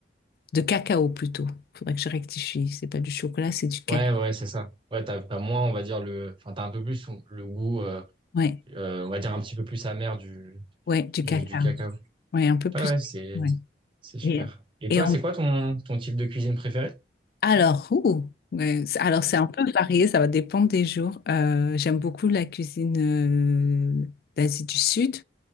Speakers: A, on the left; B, on the right.
A: de cacao plutôt. Faudrait que je rectifie. C'est pas du chocolat, c'est du cacao.
B: Ouais, ouais, c'est ça. Ouais, t'as, t'as moins, on va dire, le, enfin, t'as un peu plus le goût. euh,
A: Ouais,
B: Euh, on va dire un petit peu plus amer du,
A: ouais, du
B: du,
A: cacao.
B: du cacao.
A: Ouais, un peu plus.
B: Ouais, ouais, c'est,
A: Ouais.
B: c'est super.
A: Et,
B: Et
A: et
B: toi,
A: en
B: c'est quoi ton, ton type de cuisine préféré?
A: Alors, ouh, ouais, c'est- alors c'est un peu varié, ça va dépendre des jours. Euh, j'aime beaucoup la cuisine euh, d'Asie du Sud.